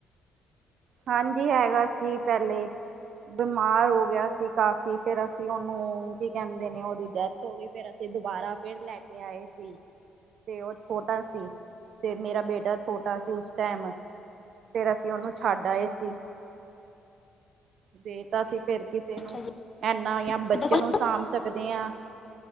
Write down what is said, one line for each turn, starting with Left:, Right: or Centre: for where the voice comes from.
Right: ਹਾਂਜੀ ਹੈਗਾ ਸੀ, ਪੈਲੇ। ਬਿਮਾਰ ਹੋ ਗਿਆ ਸੀ ਕਾਫੀ, ਫੇਰ ਅਸੀਂ ਔਨੂੰ ਕੀ ਕੈੰਦੇ ਨੇ, ਓਹਦੀ ਡੈਥ ਹੋ ਗਈ। ਫੇਰ ਅਸੀਂ ਦੁਬਾਰਾ ਫੇਰ ਲੈ ਕੇ ਆਏ ਸੀ। ਤੇ ਔ ਛੋਟਾ ਸੀ। ਤੇ ਮੇਰਾ ਬੇਟਾ ਛੋਟਾ ਸੀ, ਉਸ ਟੈਮ। ਫੇਰ ਅਸੀਂ ਔਨੂੰ ਛੱਡ ਆਏ ਸੀ। ਦੇਤਾ ਸੀ ਫੇਰ ਕਿਸੇ
Left: ਅੱਛਾ
Right: ਨੂੰ।
Left: ਜੀ
Right: ਐਨਾ ਯਾ ਬੱਚਿਆਂ
Left: ਤੁਹਾਡੇ ਕੋਲ
Right: ਨੂੰ ਸਾਂਭ ਸਕਦੇ ਆਂ,